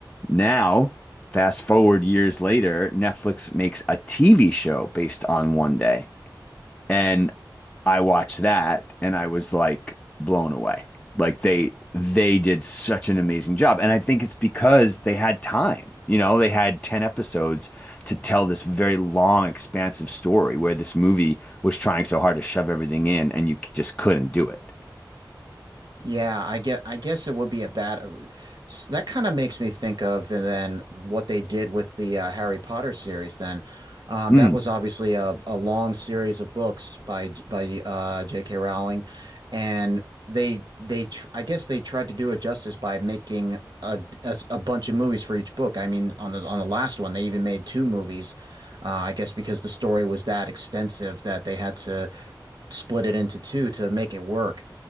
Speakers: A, on the left; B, on the right.
A: Now, fast forward years later, Netflix makes a TV show based on One Day. And I watched that and I was like blown away. Like they they did such an amazing job. And I think it's because they had time. You know, they had 10 episodes to tell this very long, expansive story where this movie was trying so hard to shove everything in and you just couldn't do it.
B: Yeah, I get I guess it would be a bad uh, s- that kind of makes me think of and then what they did with the uh, Harry Potter series then. Um,
A: Mm.
B: that was obviously a, a long series of books by J- by uh, J.K. Rowling and they they tr I guess they tried to do it justice by making a, a s- a bunch of movies for each book. I mean on the on the last one they even made two movies. Uh, I guess because the story was that extensive that they had to split it into two to make it work.